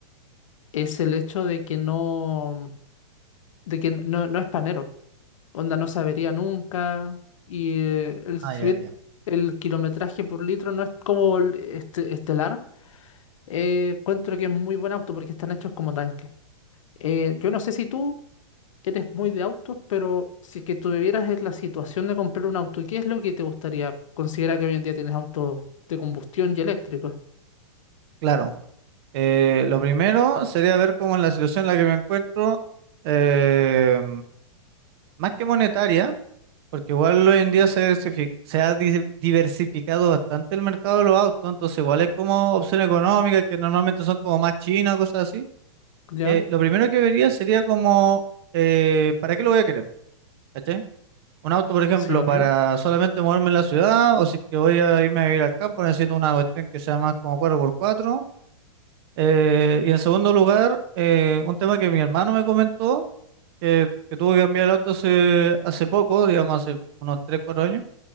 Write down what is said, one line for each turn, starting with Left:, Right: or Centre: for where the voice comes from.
Left: es el hecho de que no, de que no, no es panero onda no sabería nunca. Y eh, el, si
Right: Ah, ya,
Left: bien
Right: ya.
Left: el kilometraje por litro no es como el este- estelar, eh, encuentro que es muy buen auto porque están hechos como tanques. Eh, yo no sé si tú eres muy de autos, pero si es que tuvieras es la situación de comprar un auto, ¿qué es lo que te gustaría? Considera que hoy en día tienes autos de combustión y eléctricos,
Right: Claro. Eh, lo primero sería ver cómo es la situación en la que me encuentro, eh, más que monetaria, porque igual hoy en día se, diversifi- se ha di- diversificado bastante el mercado de los autos, entonces igual es como opción económica, que normalmente son como más chinas, cosas así.
Left: ¿ya?
Right: Eh, lo primero que vería sería como, eh, ¿para qué lo voy a querer? ¿Cachai? Un auto, por ejemplo,
Left: Sí, obvio.
Right: para solamente moverme en la ciudad, o si es que voy a irme a vivir al campo, necesito una cuestión que sea más como cuatro por cuatro. Eh, y en segundo lugar, eh, un tema que mi hermano me comentó, que, que tuvo que cambiar el auto hace, hace poco, digamos hace unos 3 4 años,